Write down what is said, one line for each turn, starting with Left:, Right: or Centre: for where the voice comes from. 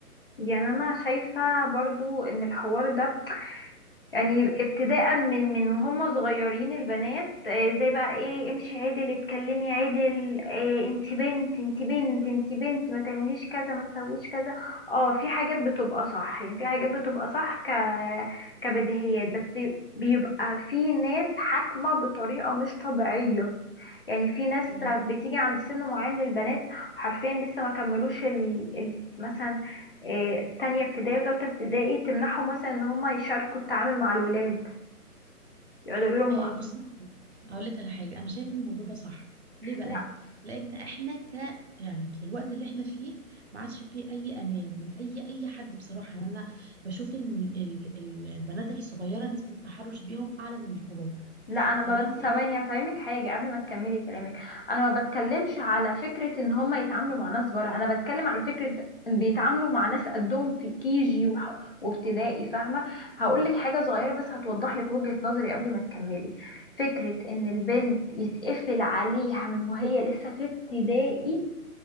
Left: يعني انا شايفة برضو ان الحوار ده يعني ابتداء من من وهم صغيرين البنات آه، زي بقى ايه امشي عدل اتكلمي عدل آه، انت بنت انت بنت انت بنت ما تعمليش كذا ما تسويش كذا اه في حاجات بتبقى صح يعني في حاجات بتبقى صح ك كبديهيات بس بيبقى في ناس حاكمة بطريقة مش طبيعية يعني في ناس
Right: مم.
Left: بتيجي عند سن معين للبنات حرفيا لسه ما كملوش ال... ال... مثلا آه، تانية ابتدائي وتالتة ابتدائي تمنعهم مثلا ان هم يشاركوا التعامل مع الولاد يقعدوا يقولوا لهم
Right: آه، بص اقول لك اقول لك على حاجه انا شايفه ان الموضوع ده صح ليه بقى
Left: لا
Right: لان احنا ك يعني في الوقت اللي احنا فيه ما عادش فيه اي امان من اي اي حد بصراحه يعني انا بشوف ان ال- ال- البنات الصغيره نسبه التحرش بيهم اعلى من الكبار
Left: لا انا ما
Right: تمام
Left: بت...
Right: ف
Left: ثواني هفهمك حاجه قبل ما تكملي كلامك انا ما بتكلمش على فكره ان هم يتعاملوا مع ناس بره انا بتكلم على فكره بيتعاملوا مع ناس قدهم في كيجي وح... وابتدائي فاهمه هقول لك حاجه صغيره بس هتوضح لك وجهه نظري قبل ما تكملي فكره ان البنت يتقفل عليها من وهي لسه في ابتدائي